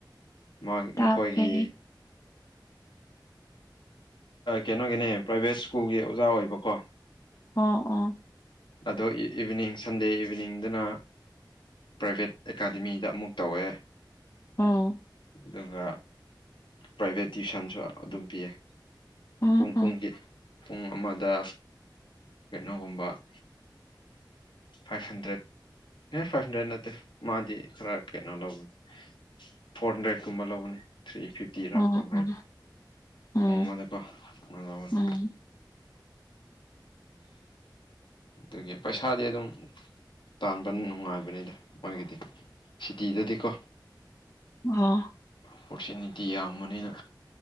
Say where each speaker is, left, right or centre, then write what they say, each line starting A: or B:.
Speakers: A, on the left; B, on the left.
A: ꯃꯥ
B: ꯇꯥꯗ꯭ꯔꯦ
A: ꯃꯈꯣꯏꯒꯤ ꯀꯩꯅꯣꯒꯤꯅꯦ ꯄ꯭ꯔꯥꯏꯕꯦꯠ ꯁ꯭ꯀꯨꯜꯒꯤ ꯑꯣꯖꯥ ꯑꯣꯏꯕꯀꯣ
B: ꯑꯣ ꯑꯣ
A: ꯑꯗꯣ ꯏꯚꯤꯅꯤꯡ ꯁꯟꯗꯦ ꯏꯚꯤꯅꯤꯡꯗꯨꯅ ꯄ꯭ꯔꯥꯏꯚꯦꯠ ꯑꯦꯀꯥꯗꯃꯤꯗ ꯑꯃꯨꯛ ꯇꯧꯋꯦ
B: ꯑꯣ
A: ꯑꯗꯨꯒ ꯄ꯭ꯔꯥꯏꯚꯦꯠ ꯇ꯭ꯋꯤꯁꯟꯁꯨ ꯑꯗꯨꯝ ꯄꯤꯌꯦ
B: ꯎꯝ
A: ꯄꯨꯡ
B: ꯎꯝ
A: ꯄꯨꯡꯒꯤ ꯄꯨꯡ ꯑꯃꯗ ꯀꯩꯅꯣꯒꯨꯝꯕ <inaudible> ꯐꯥꯏꯚ ꯍꯟꯗ꯭ꯔꯦꯠ ꯑꯦ ꯐꯥꯏꯚ ꯍꯟꯗ꯭ꯔꯦꯠ ꯅꯠꯇꯦ ꯃꯥꯗꯤ ꯈꯔ ꯀꯩꯅꯣ ꯂꯧꯕꯅꯦ ꯐꯣꯔ ꯍꯟꯗ꯭ꯔꯦꯠꯀꯨꯝꯕ ꯂꯧꯕꯅꯤ ꯊ꯭ꯔꯤ ꯐꯤꯐꯇꯤ ꯇꯤꯔ
B: ꯑꯣ
A: ꯐꯟꯔꯦ
B: ꯑꯣ ꯎꯝ
A: ꯄꯨꯡ ꯑꯃꯗꯀꯣ ꯑꯃ ꯂꯧꯕꯅꯤ
B: ꯎꯝ
A: ꯑꯗꯨꯒꯤ ꯄꯩꯁꯥꯗꯤ ꯑꯗꯨꯝ ꯇꯥꯟꯕꯅꯤ ꯅꯨꯡꯉꯥꯏꯕꯅꯤꯗ ꯃꯣꯏꯒꯤꯗꯤ ꯁꯤꯇꯤꯗꯗꯤꯀꯣ
B: ꯎꯝ ꯑꯣ
A: ꯑꯣꯄꯣꯔꯆꯨꯅꯤꯇꯤ ꯌꯥꯝꯕꯅꯤꯅ